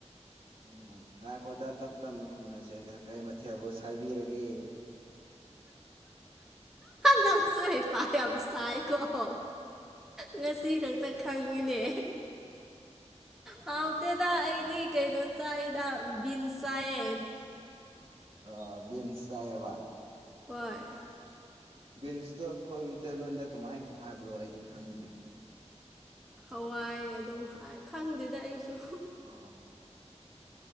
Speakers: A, on the right (about 50°); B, in the centre.
A: ꯑꯣ ꯉꯥꯏꯀꯣꯗ ꯇꯞ ꯇꯞꯅ ꯈꯨꯝꯅꯁꯦꯗ ꯀꯩ ꯃꯊꯦꯜꯕꯨ ꯁꯥꯏꯕꯤꯔꯒꯦ
B: ꯅꯪꯁꯨ ꯍꯩꯄꯁ ꯆꯥꯏꯈꯣ ꯉꯁꯤ ꯈꯛꯇ ꯈꯪꯉꯤꯅꯦ ꯍꯥꯎꯇꯦꯗ ꯑꯩꯗꯤ ꯀꯩꯅꯣ ꯆꯥꯏꯗ ꯕꯤꯟꯁ ꯆꯥꯏꯌꯦ
A: ꯑ ꯕꯤꯟꯁ ꯆꯥꯏꯌꯦ
B: ꯍꯣꯏ
A: ꯕꯤꯟꯁꯇꯣ ꯑꯩꯈꯣꯏ ꯇꯂꯣꯟꯗ ꯀꯃꯥꯏꯅ ꯍꯥꯏꯕ꯭ꯔꯣ ꯑꯩꯗꯤ ꯈꯪꯗ꯭ꯔꯤꯒꯦ
B: ꯍꯋꯥꯏ ꯑꯗꯨꯝ ꯈꯪꯗꯦꯗ ꯑꯩꯁꯨ
A: ꯑ